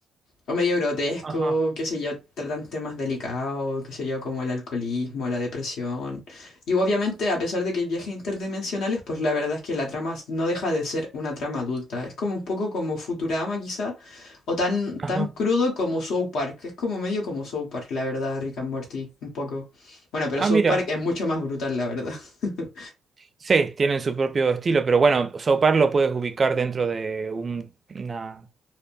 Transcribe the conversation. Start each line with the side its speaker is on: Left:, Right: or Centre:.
Left: O medio grotesco,
Right: Ajá.
Left: qué sé yo, tratan temas delicados, qué sé yo, como el alcoholismo, la depresión. Y obviamente, a pesar de que hay viajes interdimensionales, pues la verdad es que la trama no deja de ser una trama adulta. Es como un poco como Futurama quizá, o tan,
Right: Ajá.
Left: tan crudo como South Park. Es como medio como South Park, la verdad, Rick and Morty, un poco. Bueno, pero
Right: Ah,
Left: South
Right: mira,
Left: Park es mucho más brutal, la verdad. <laughs>
Right: sí, tienen su propio estilo, pero bueno, South Park lo puedes ubicar dentro de un- una,